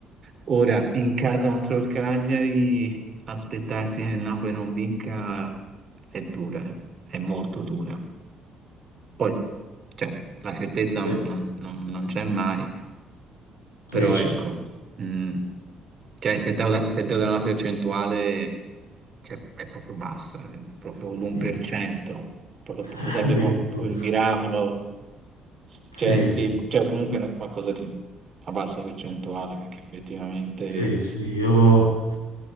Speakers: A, on the right; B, on the left.
A: Ora in casa contro il Cagliari aspettarsi che il Napoli non vinca è dura, eh. è molto dura. Poi, cioè, la certezza
B: Sì,
A: non, non- non c'è mai,
B: sì,
A: però
B: c'è.
A: ecco, mh, cioè, se devo, da- se devo dare una percentuale, cioè, è proprio bassa, è proprio l'1%,
B: Mm.
A: proprio,
B: <laughs>
A: proprio sarebbe
B: Addirittura.
A: pro- proprio il miracolo,
B: Sì,
A: cioè sì,
B: sì.
A: cioè, comunque è qualcosa di a bassa percentuale, perché effettivamente...
B: Sì, sì, io...